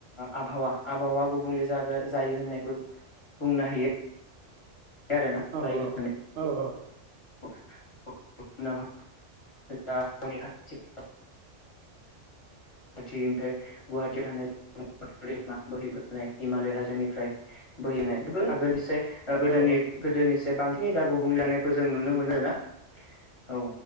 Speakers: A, on the left (about 25°); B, on the right (about 80°).
A: आबहावा आबहावा गुबुंले जागा जायो होननायखौ बुंनो हायो। आरोना
B: औ
A: जायो
B: औ
A: होननानै
B: औ औ।
A: <unintelligible> खाथिनिफ्राय गुवाहाटि थानाय। दै बोहैबोनाय हिमालय हाजोनिफ्राय बोहैनाय बे आगोलनिस गोदोनि
B: औ
A: गोदोनिस बांसिनै दा गुबुंलेानायखौ जों नुनो मोनो आरोना। औ